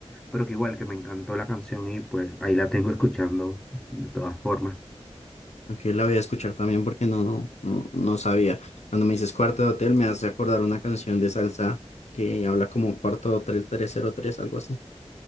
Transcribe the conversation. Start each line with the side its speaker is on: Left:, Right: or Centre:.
Centre: pero que igual que me encantó la canción y pues ahí la tengo escuchando de todas formas.
Left: Ok, la voy a escuchar también porque no, no, no sabía. Cuando me dices cuarto de hotel, me hace acordar una canción de salsa que habla como cuarto de hotel trescientos tres algo así.